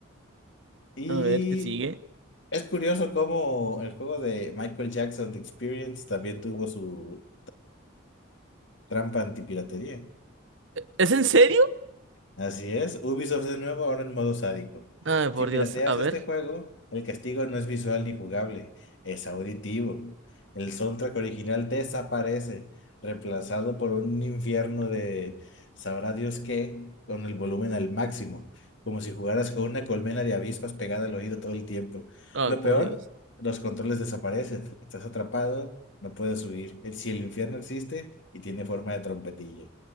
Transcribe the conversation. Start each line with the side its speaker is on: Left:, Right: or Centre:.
Left: Y
Right: A ver, ¿qué sigue?
Left: es curioso cómo el juego de Michael Jackson, The Experience, también tuvo su, Trampa antipiratería.
Right: ¿Es en serio?
Left: Así es. Ubisoft de nuevo ahora en modo sádico.
Right: Ay, por
Left: Si pirateas
Right: Dios, a ver.
Left: este juego, el castigo no es visual ni jugable, es auditivo. El soundtrack original desaparece, reemplazado por un infierno de sabrá Dios qué, con el volumen al máximo, como si jugaras con una colmena de avispas pegada al oído todo el tiempo.
Right: Ay,
Left: Lo
Right: por
Left: peor,
Right: Dios.
Left: los controles desaparecen. Estás atrapado, no puedes huir. El- Si el infierno existe y tiene forma de trompetilla.